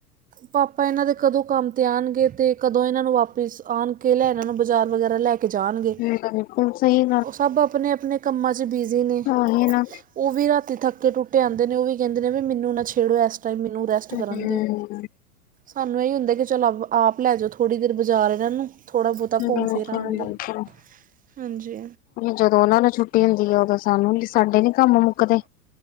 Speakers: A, on the right (about 20°); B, on the left (about 20°).
A: ਪਾਪਾ ਇਹਨਾਂ ਦੇ ਕਦੋਂ ਕੰਮ ਤੇ ਆਣਗੇ ਤੇ ਕਦੋਂ ਇਹਨਾਂ ਨੂੰ ਵਾਪਿਸ ਆਣ ਕੇ ਲੈਣ ਇਹਨਾਂ ਨੂੰ ਬਾਜ਼ਾਰ ਵਗੈਰਾ ਲੈ ਕੇ ਜਾਣਗੇ।
B: <unintelligible> ਹੁਣ ਸਈ ਏ
A: ਓ ਸਭ ਆਪਣੇ ਆਪਣੇ ਕੰਮਾਂ ਚ ਬਿਜ਼ੀ ਨੇ।
B: ਉਹੀ ਨਾ
A: ਓ ਵੀ ਰਾਤੀ ਥੱਕੇ ਟੁਟੇ ਆਂਦੇ ਨੇ, ਓ ਵੀ ਕਹਿੰਦੇ ਨੇ ਵੀ ਮੈਨੂੰ ਨਾ ਛੇੜੋ ਇਸ ਟਾਈਮ ਮੈਨੂੰ ਰੈਸਟ
B: ਹੂੰ
A: ਕਰਨ ਦੋ। ਸਾਨੂੰ ਇਹੀ ਹੁੰਦਾ ਕਿ ਚੱਲ ਆਪ ਆਪ ਲੈਜੋ ਥੋੜ੍ਹੀ ਦੇਰ ਬਾਜ਼ਾਰ ਇਹਨਾਂ ਨੂੰ ਥੋੜ੍ਹਾ ਬਹੁਤ
B: ਬਿਲਕੁਲ-ਬਿਲਕੁਲ।
A: ਘੁੰਮ-ਫਿਰ ਆਣਗੇ, ਹਾਂਜੀ।
B: ਜਦੋਂ ਉਹਨਾਂ ਨੂੰ ਛੁੱਟੀ ਹੁੰਦੀ ਏ, ਉਦੋਂ ਸਾਨੂੰ ਸਾਡੇ ਨੀ ਕੰਮ ਮੁੱਕਦੇ।